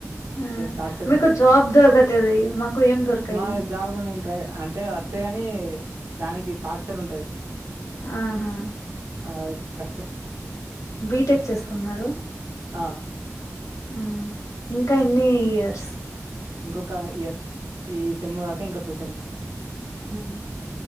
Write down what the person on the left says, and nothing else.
ఆ
మీకు
జాబ్ దొరకతది మాకు ఏం దొరకాయి
ఆహా
బీటెక్ చేస్తున్నారు
ఉమ్ ఇంకా ఎన్ని ఇయర్స్
మ్